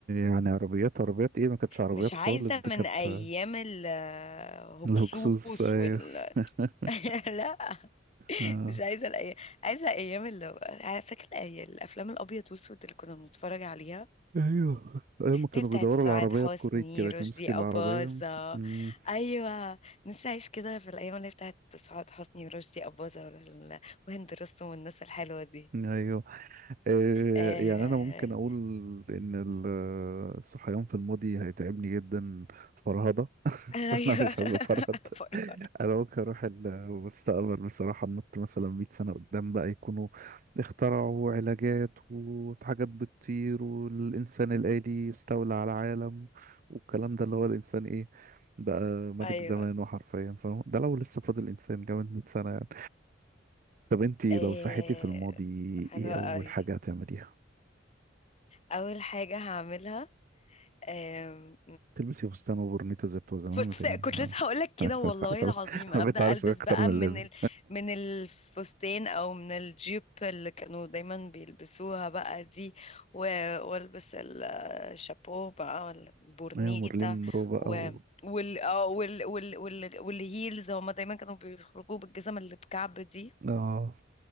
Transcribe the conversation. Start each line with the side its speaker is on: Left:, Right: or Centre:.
Right: يعني عربيات عربيات ايه ما كانتش عربيات
Left: مش عايزه
Right: خالص دي
Left: من
Right: كانت
Left: ايام
Right: آه،
Left: الهكسوس
Right: الهكسوس ايوه
Left: وال
Right: <laughs>
Left: <laughs> لا
Right: آه.
Left: مش عايزه الايام عايزه ايام اللي فاكره الأي- الافلام الابيض واسود اللي كنا بنتفرج عليها
Right: ايوه ايوه كانوا
Left: اللي بتاعت
Right: بيدوروا
Left: سعاد
Right: العربيه
Left: حسني
Right: بكوريك كده
Left: رشدي
Right: كان يمسك العربيه
Left: أباظة
Right: مم.
Left: أيوة نفسي أعيش كده في الأيام اللي بتاعت سعاد حسني ورشدي أباظة وال- وهند رستم والناس الحلوة دي
Right: ايوه آه
Left: آه...
Right: يعني انا ممكن اقول ان ال- الصحيان في الماضي هيتعبني جدا فرهضه <laughs>
Left: أيوة
Right: انا مش عايز افرط
Left: <laughs> فرح.
Right: انا ممكن اروح المستقبل بصراحه ننط مثلا 100 سنه قدام بقى يكونوا اخترعوا علاجات وحاجات بتطير والانسان الالي استولى على العالم والكلام ده اللي هو الانسان ايه بقى ملك
Left: أيوه
Right: زمانه حرفيا فاهم ده لو لسه فاضل انسان كمان 100 سنه يعني طب انتي
Left: آه...
Right: لو صحيتي في الماضي
Left: حلوة
Right: ايه
Left: أوي
Right: اول حاجه هتعمليها
Left: أول حاجة هعملها آم،
Right: تلبسي فستان وبرنيتو زي بتوع زمان
Left: فستان
Right: وتجي
Left: كنت لسه هقولك
Right: <laughs>
Left: كده والله
Right: خلاص
Left: العظيم ابدا
Right: انا بقيت عارف
Left: البس
Right: اكتر
Left: بقى
Right: من اللازم
Left: من ال... من الفستان او من الجيب اللي كانوا دايما بيلبسوها بقى دي و... والبس ال- الشابو بقى ولا البورنيتا
Right: ايوه مارلين مونرو بقى
Left: و...
Right: و...
Left: وال... آه، وال... وال... وال... والهيلز هما دايما كانوا بيخرجوا بالجزم اللي بكعب دي
Right: اه